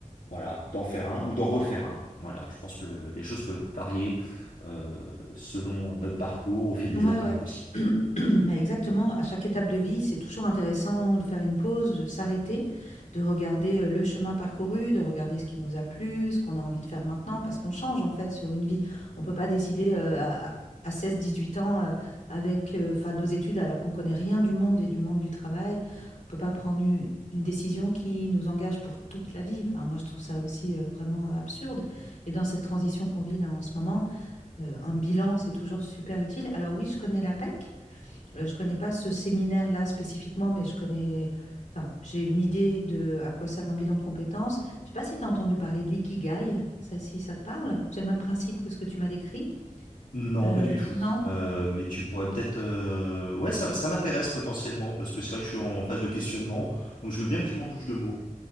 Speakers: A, on the left; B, on the left.
A: voilà, d'en faire un ou d'en refaire un. Voilà, je pense que les choses peuvent varier euh, selon notre parcours au fil des
B: Ouais,
A: années
B: ouais.
A: aussi.
B: <clears throat> Mais exactement, à chaque étape de vie, c'est toujours intéressant de faire une pause, de s'arrêter, de regarder euh, le chemin parcouru, de regarder ce qui nous a plu, ce qu'on a envie de faire maintenant, parce qu'on change en fait sur une vie. On ne peut pas décider euh, à, à seize dix-huit ans euh, avec euh, 'fin, nos études alors qu'on connaît rien du monde et du monde du travail. On ne peut pas prendre une, une décision qui nous engage pour toute la vie. Enfin, moi, je trouve ça aussi euh, vraiment absurde. Et dans cette transition qu'on vit là en ce moment, euh, un bilan, c'est toujours super utile. Alors oui, je connais l'APEC. Euh, je connais pas ce séminaire-là spécifiquement, mais je connais, enfin, j'ai une idée de à quoi sert un bilan de compétences. Je sais pas si tu as entendu parler de l'ikigai, ça, si ça te parle. C'est le même principe que ce que tu m'as décrit.
A: Non,
B: Euh,
A: pas du tout.
B: non?
A: Euh, mais tu pourrais peut-être... euh, Ouais, ça, ça m'intéresse potentiellement, parce que c'est vrai que je suis en phase de questionnement, donc je veux bien que tu m'en touches deux mots.